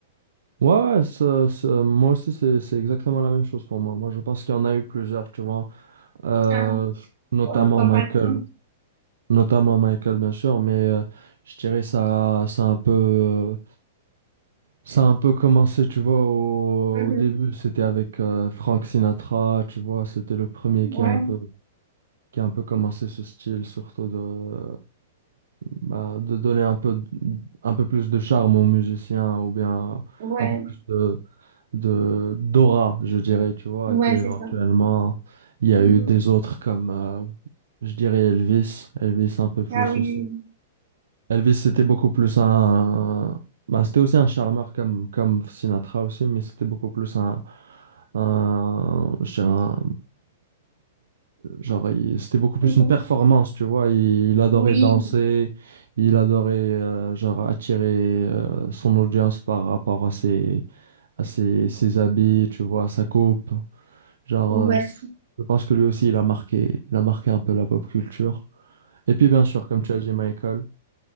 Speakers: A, on the right; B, on the right.
A: Ouais, ouais, ça- ça- moi aussi, c'est, c'est exactement la même chose pour moi. Moi, je pense qu'il y en a eu plusieurs, tu vois, euh,
B: Ah,
A: notamment
B: euh, comme
A: Michael.
B: par exemple.
A: Notamment Michael, bien sûr, mais euh, je dirais ça, ça a un peu, euh, ça a un peu commencé, tu vois, au,
B: Mhm.
A: au début, c'était avec euh, Frank Sinatra, tu vois, c'était le premier
B: Ouais,
A: qui a un peu, qui a un peu commencé ce style, surtout de, euh, bah, de donner un peu, d- un peu plus de charme aux musiciens ou bien
B: ouais,
A: un peu plus de, de d'aura, je dirais, tu vois.
B: ouais,
A: Et puis éventuellement,
B: c'est ça.
A: il y a
B: Mhm.
A: eu des autres comme, euh, je dirais Elvis, Elvis un peu plus
B: Ah oui,
A: aussi.
B: oui,
A: Elvis, c'était beaucoup plus un... bah, c'était aussi un charmeur comme, comme Sinatra aussi, mais c'était beaucoup plus un... un... Je dirais un- Genre, il- c'était beaucoup plus
B: oui,
A: une
B: Mhm.
A: performance, tu vois. Il, il adorait
B: Oui,
A: danser, il adorait, euh, genre, attirer euh, son audience par rapport à ses, à ses, ses habits, tu vois, à sa coupe. Genre,
B: ouais.
A: euh, c- je pense que lui aussi, il a marqué, il a marqué un peu la pop culture. Et puis, bien sûr, comme tu as dit, Michael.